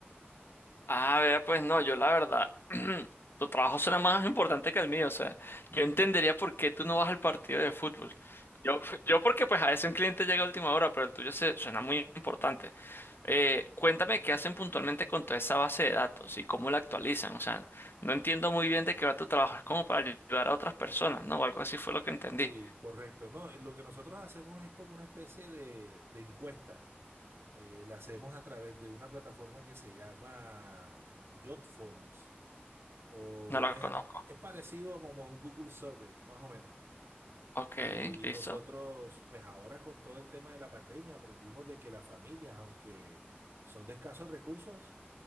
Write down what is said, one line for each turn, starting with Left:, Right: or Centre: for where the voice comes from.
Left: Ah, vea, pues no, yo la verdad, <clears throat> tu trabajo será más importante que el mío, o sea, yo entendería por qué tú no vas al partido de fútbol. Yo, yo porque pues a veces un cliente llega a última hora, pero el tuyo se, suena muy importante. Eh, cuéntame qué hacen puntualmente con toda esa base de datos y cómo la actualizan. O sea, no entiendo muy bien de qué va tu trabajo. Es como para ayudar a otras personas, ¿no? O algo así fue lo que entendí.
Right: Sí, correcto. No, lo que nosotros hacemos es como una especie de, de encuesta. Eh, la hacemos a través de una plataforma que se llama Jotforms o
Left: No la
Right: es,
Left: conozco.
Right: es parecido a como un Google Survey, más o menos.
Left: Ok,
Right: Y
Left: listo.
Right: nosotros, pues ahora con todo el tema de la pandemia, aprendimos de que las familias, aunque son de escasos recursos,